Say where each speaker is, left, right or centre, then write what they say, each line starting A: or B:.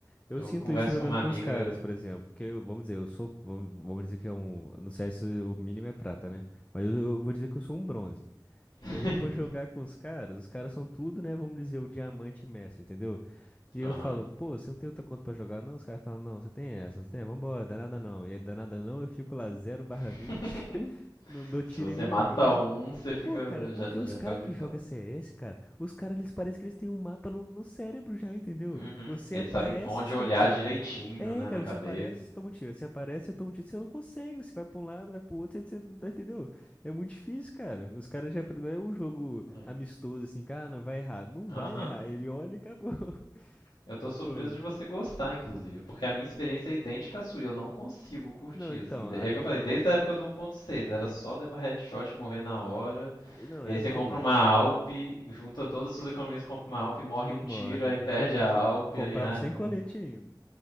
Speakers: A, on the left; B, on the left.
A: Eu
B: Eu
A: sinto
B: converso
A: isso jogando
B: com uma
A: com
B: amiga.
A: os caras, por exemplo. Porque, eu- vamos dizer, eu sou. Vamos vamos dizer que é um. No CS o mínimo é prata, né? Mas eu, eu vou dizer que eu sou um bronze.
B: <laughs>
A: E aí eu vou jogar com os caras, os caras são tudo, né? Vamos dizer, o diamante mestre, entendeu? E eu
B: Aham.
A: falo, pô, você não tem outra conta pra jogar, não? Os caras falam, não, só tem essa, só tem, vambora, danada não. E aí, danada não, eu fico lá zero barra
B: <laughs>
A: 20 <laughs> não dou tiro
B: Se você
A: em ninguém.
B: mata um, você fica.
A: Pô, cara, porque
B: Já, já
A: os caras
B: foi a vitória.
A: que jogam CS, cara, os caras, eles parecem que eles têm um mapa no, no cérebro já, entendeu?
B: Uhum.
A: Você
B: Eles
A: aparece
B: sabem onde
A: e você
B: olhar
A: toma um tiro.
B: direitinho,
A: É,
B: né,
A: cara,
B: na cabeça.
A: você aparece, e você toma um tiro. Você aparece, e toma um tiro. Você não consegue. Você vai pra um lado, vai pro outro, você, você não tá- entendeu? É muito difícil, cara. Os caras já apre- não é um jogo
B: Ai.
A: amistoso assim, cara, não vai errar. Não
B: Aham.
A: vai errar. Ele olha e acabou. <laughs>
B: Eu tô
A: É
B: surpreso
A: fogo.
B: de você gostar, inclusive, porque a minha experiência é idêntica à sua e eu não consigo curtir,
A: Não, então,
B: assim. De-
A: aí.
B: É o que eu falei, desde a época do 1.6, era só levar headshot, morrer na hora.
A: e Não,
B: E
A: é
B: aí você
A: fogo.
B: compra uma Alp, junta todas as suas economias, compra uma Alp, morre
A: E
B: um
A: morre.
B: tiro, aí perde a Alp,
A: Comprar
B: aí, ai,
A: sem
B: não.
A: colete ainda.